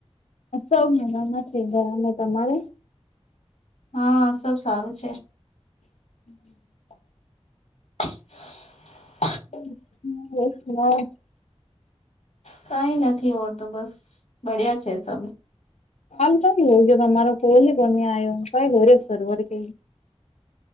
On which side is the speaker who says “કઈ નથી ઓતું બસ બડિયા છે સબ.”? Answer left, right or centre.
Left